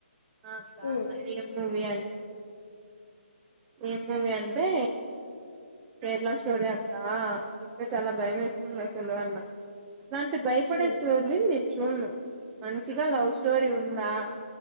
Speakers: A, on the right (about 15°); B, on the left (about 50°).
A: అ అక్కాన్న
B: ఉ
A: ఏం మూవీ అనింది ఏం మూవీ అనింది అంటే కేరళ స్టో స్టోరీ అక్క చూస్తు చాలా భయమేస్ భయమేస్తుంది అసలు అన్న అట్లాంటి భయపడే
B: ఉ ఉ
A: స్టోరీ చూడను మంచిగా స్టోరీ ఉందా